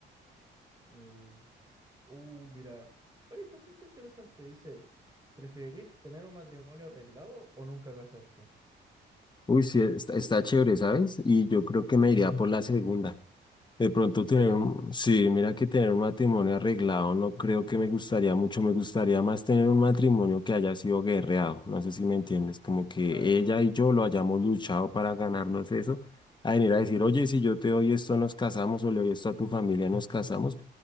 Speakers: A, on the right; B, on the left.
A: No. Uh, mira. Oye, esta sí está interesante. Dice, ¿preferirías tener un matrimonio arreglado o nunca casarte?
B: Uy, sí, está, está chévere, ¿sabes? Y yo creo que me iría por la segunda. De pronto
A: ¿En
B: tener
A: serio?
B: un, sí, mira que tener un matrimonio arreglado no creo que me gustaría mucho, me gustaría más tener un matrimonio que haya sido guerreado, no sé si me entiendes, como que
A: Claro.
B: ella y yo lo hayamos luchado para ganarnos eso, a venir a decir, oye, si yo te doy esto nos casamos o le doy esto a tu familia nos casamos,